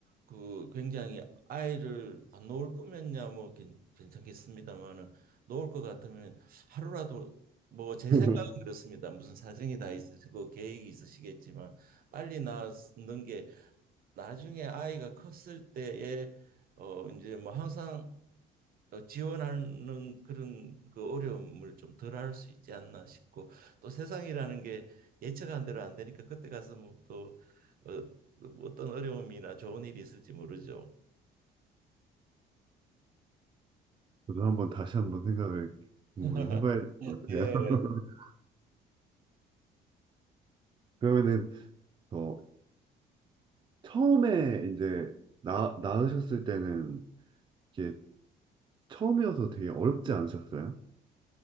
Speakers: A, on the right; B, on the right.
A: 그 굉장히 아이를 안 놓을 거면야 뭐 괜- 괜찮겠습니다만은 놓을 것 같으면 하루라도 뭐 제
B: <laughs>
A: 생각은 그렇습니다. 무슨 사정이 다 있으시고 계획이 있으시겠지만 빨리 낳는 게 나중에 아이가 컸을 때에 어 이제 뭐 항상 어, 지원하는 그런 그 어려움을 좀 덜할 수 있지 않나 싶고 또 세상이라는 게 예측한 대로 안 되니까 그때 가서 뭐또 어, 뭐 어떤 어려움이나 좋은 일이 있을지 모르죠.
B: 저도 한번 다시 한번 생각을 궁금히
A: <laughs>
B: 해봐야 될 것 같아요.
A: 예.
B: <laughs> 그러면은 더 처음에 이제 나, 낳으셨을 때는 이게 처음이어서 되게 어렵지 않으셨어요?